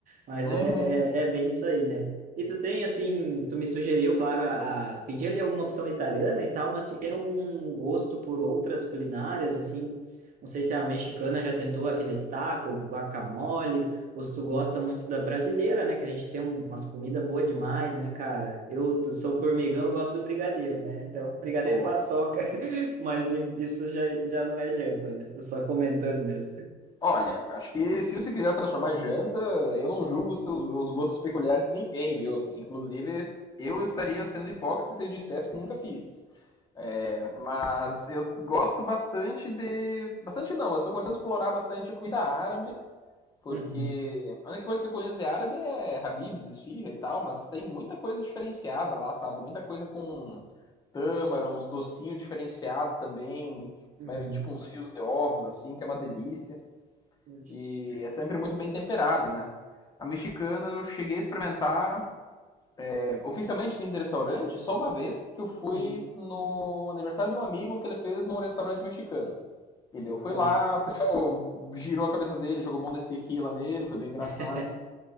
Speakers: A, on the right; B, on the left.
A: Mas
B: Uhum.
A: é, é, é bem isso aí, né? E tu tem, assim, tu me sugeriu, claro, a, a pedir ali alguma opção italiana e tal, mas tu tem algum gosto por outras culinárias, assim? Não sei se a mexicana já tentou aquele taco, guacamole, ou se tu gosta muito da brasileira, né? Que a gente tem um- umas comidas boas demais, né, cara? Eu do- sou formigão, eu gosto do brigadeiro, né? Então, brigadeiro
B: Pô.
A: paçoca, <laughs> mas em- isso já, já não é janta, né? Eu só comentando mesmo.
B: Olha, acho que se você quiser transformar em janta, eu não julgo os, seus, os gostos peculiares de ninguém, viu? Inclusive, eu estaria sendo hipócrita se eu dissesse que nunca fiz. É, mas eu gosto bastante de. Bastante não, mas estou começando a explorar bastante a comida árabe Porque
A: Uhum,
B: a única coisa que eu conheço de árabe é Habib's, esfirra e tal, mas tem muita coisa diferenciada lá, sabe? Muita coisa com tâmara, uns docinhos diferenciados também, que
A: uhum.
B: vai, tipo uns fios de ovos, assim, que é uma delícia.
A: Ixi,
B: E é sempre muito bem temperada, né? A mexicana eu cheguei a experimentar é, oficialmente sim de restaurante só uma vez que eu fui
A: uhum.
B: no aniversário de um amigo que ele fez num restaurante mexicano. E daí eu fui
A: Oh.
B: lá, o pessoal girou a cabeça dele, jogou um monte de tequila nele, foi bem engraçado.
A: <laughs>